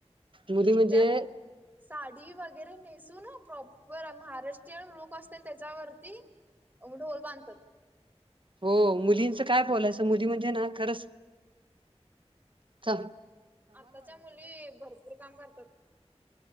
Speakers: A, on the right (about 50°); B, on the right (about 15°).
A: मुली म्हणजे
B: त्यात साडी वगैरे नेसून हां, प्रॉपर महाराष्ट्रीयन लुक असतोय त्याच्यावरती. मग ढोल बांधतात.
A: हो, मुलींचं काय बोलायचं. मुली म्हणजे ना खरंच च
B: आत्ताच्या मुली, भरपूर काम करतात.